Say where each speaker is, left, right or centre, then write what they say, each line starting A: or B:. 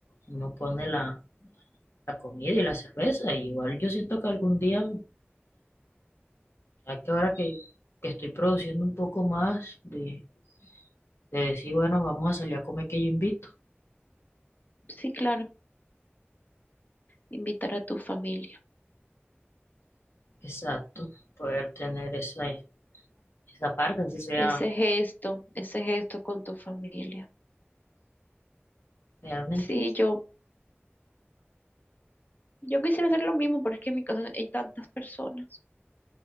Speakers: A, on the left; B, on the left.
A: uno pone la, la comida y la cerveza. Y igual yo siento que algún día Ya que ahora que, que estoy produciendo un poco más de, de decir, bueno, vamos a salir a comer que yo invito.
B: Sí, claro, invitar a tu familia.
A: Exacto, poder tener esa, esa parte, así sea
B: Ese gesto, ese gesto con tu familia.
A: realmente.
B: Sí, yo, yo quisiera hacer lo mismo, pero es que en mi casa hay tantas personas